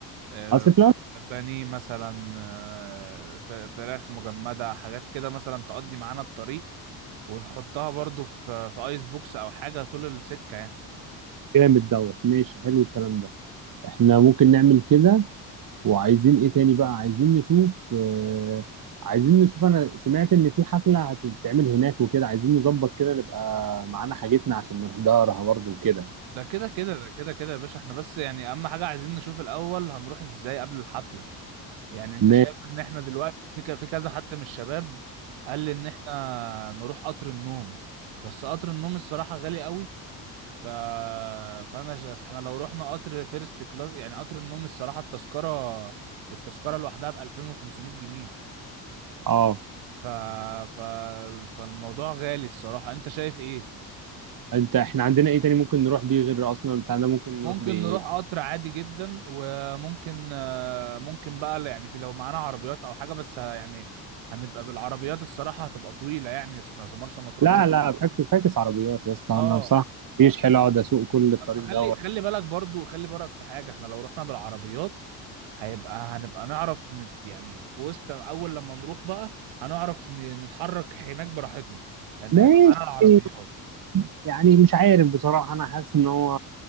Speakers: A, on the right; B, on the right.
A: آه،
B: اصل في الأول
A: بانيه مثلا آه، ف- فراخ مجمدة حاجات كده مثلا تقضي معانا الطريق ونحطها برضو في في ايس بوكس او حاجة طول السكة يعني
B: جامد دوت ماشي حلو الكلام ده احنا ممكن نعمل كده وعايزين ايه تاني بقى عايزين نشوف آه، عايزين نشوف انا سمعت ان في حفله هتتعمل هناك وكده عايزين نظبط كده نبقى معانا حاجتنا عشان نحضرها برضه وكده
A: ده كده كده ده كده كده يا باشا احنا بس يعني اهم حاجة عايزين نشوف الاول هنروح ازاي قبل الحفلة يعني انت
B: فماشي
A: شايف ان احنا دلوقتي في ك- في كذا حد من الشباب قال لي ان احنا نروح قطر النوم بس قطر النوم الصراحة غالي قوي ف... فانا ش... فاحنا لو رحنا قطر فيرست كلاس يعني قطر النوم الصراحة التذكرة التذكرة لوحدها ب 2500 جنيه
B: اه
A: ف... ف... فالموضوع غالي الصراحة انت شايف ايه
B: انت احنا عندنا ايه تاني ممكن نروح بيه غير ارسنال بتاعنا ممكن
A: ممكن
B: نروح بايه
A: نروح قطر عادي جدا وممكن ممكن بقى يعني في لو معانا عربيات او حاجه بس ه- يعني هنبقى بالعربيات الصراحه هتبقى طويله يعني اصل أصل مرسى مطروح
B: لا
A: م-
B: ممكن لا فاكس فاكس عربيات يا اسطى
A: اه
B: انا بصراحه مفيش حلو اقعد اسوق كل الطريق
A: اصل خلي
B: دوت
A: خلي بالك برضو خلي بالك في حاجه احنا لو رحنا بالعربيات هيبقى هنبقى نعرف نت يعني في وسط اول لما نروح بقى هنعرف ن- نتحرك هناك براحتنا لان
B: ماشي
A: هيبقى معانا العربيات
B: يعني مش عارف بصراحه انا حاسس ان هو